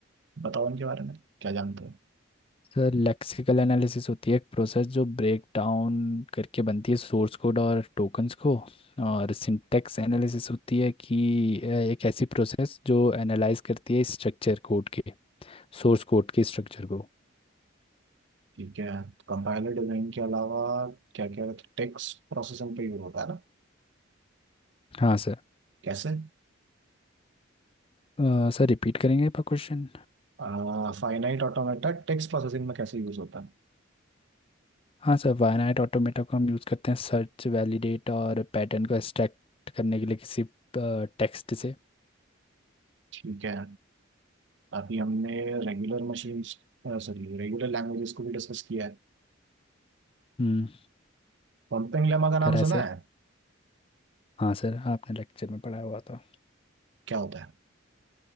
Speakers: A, on the right; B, on the left.
A: बताओ इनके बारे में क्या जानते हो
B: सर लेक्सिकल एनालिसिस होती है एक प्रोसेस जो ब्रेक डाउन करके बनती है सोर्स कोड और टोकन्स को और सिंटैक्स एनालिसिस होती है कि अ, एक ऐसी प्रोसेस जो एनालाइज करती है स्ट्रक्चर कोड के सोर्स कोड के स्ट्रक्चर को
A: ठीक है कंपाइलर डिजाइन के अलावा क्या क्या टेक्स्ट प्रोसेसिंग पे यूज होता है ना
B: हाँ सर
A: कैसे
B: अ, सर रिपीट करेंगे आपका क्वेश्चन
A: फाइनाइट ऑटोमेटा टेक्स्ट प्रोसेसिंग में कैसे यूज होता है
B: हाँ सर वायनाइट ऑटोमेटा को हम यूज़ करते हैं सर्च वैलिडेट और पैटर्न को एक्सट्रैक्ट करने के लिए किसी टेक्स्ट से
A: ठीक है अभी हमने regular machines sorry regular languages को भी डिस्कस किया है
B: हम्म
A: पंपिंग लेमा का
B: करा
A: नाम
B: है
A: सुना
B: सर
A: है
B: हाँ सर आपने लेक्चर में पढ़ाया हुआ था
A: क्या होता है